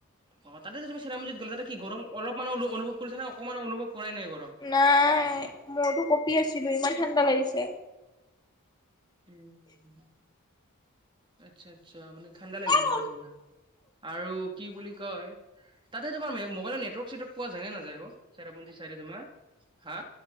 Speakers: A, on the right; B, on the left.
A: অ', তাতে যেনিবা চিৰাপুঞ্জিত গ'লে তাতে কি গৰম অলপমানো অনুভৱ কৰিছে নে, অকমানো অনুভৱ কৰাই নাই গৰম।
B: নাই মইতো কঁপি আছিলো, ইমান ঠাণ্ডা লাগিছে।
A: উম, আচ্ছা-আচ্ছা মানে ঠাণ্ডা লাগিছিল
B: অ',
A: তাতে তোমাৰ আৰু কি বুলি কয় তাতে তোমাৰ মোবাইলৰ নেটৱৰ্ক-চেটৱৰ্ক, পোৱা যায় নে নাযায়? অ, চিৰাপুঞ্জি চাইদে তোমাৰ হা